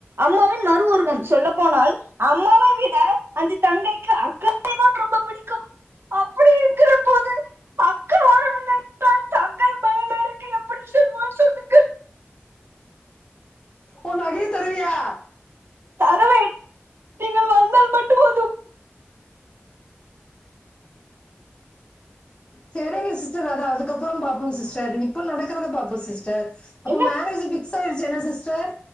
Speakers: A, on the right (about 65°); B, on the left (about 25°).
A: அம்மாவின் மறுஉருவம் சொல்ல போனால் அம்மாவை விட அந்த தங்கைக்கு அக்காவே தான் ரொம்ப பிடிக்கும் அப்படி இருக்கிற போது அக்கா வரவில்லை என்றால் தங்கை பயணடை தங்கை எப்டி செல்வாள் சொல்லுங்கள்
B: ஓ நகைய தர்றியா
A: தரவேன் நீங்கள் வந்தால் மட்டும் போதும்
B: செரிங்க சிஸ்டர் அதாவது அப்றோ பாப்போம் சிஸ்டர் இப்ப நடக்குறத பாப்போ சிஸ்டர் அப்ப
A: என்ன
B: மேரேஜ் பிக்ஸ் ஆயிருச்சு என்ன சிஸ்டர்